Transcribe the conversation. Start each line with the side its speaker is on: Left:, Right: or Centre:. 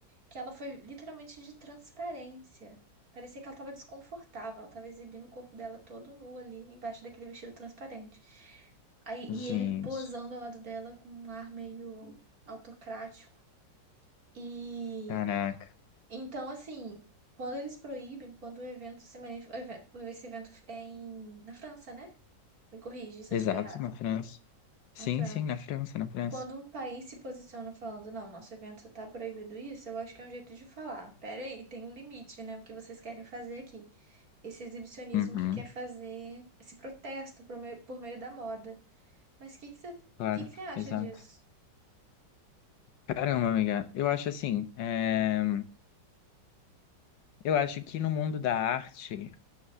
Right: que ela foi literalmente de transparência. Parecia que ela tava desconfortável, ela tava exibindo o corpo dela todo nu ali, embaixo daquele vestido transparente. Aí, e
Left: Gente,
Right: ele posando ao lado dela com um ar meio autocrático. E
Left: caraca.
Right: então, assim, quando eles proíbem, quando o evento se manif... o evento- esse evento é em... na França, né? Me corrige se
Left: Exato,
Right: eu estiver errado.
Left: na França. Sim,
Right: Na França.
Left: sim, na França, na França.
Right: Quando um país se posiciona falando, não, nosso evento tá proibido isso, eu acho que é um jeito de falar. Pera aí, tem um limite, né? O que vocês querem fazer aqui? Esse exibicionismo
Left: Uhum,
Right: que quer fazer esse protesto por meio, por meio da moda. Mas o que que você,
Left: claro,
Right: que que você acha
Left: exato.
Right: disso?
Left: Caramba, amiga, eu acho assim, eh, eu acho que no mundo da arte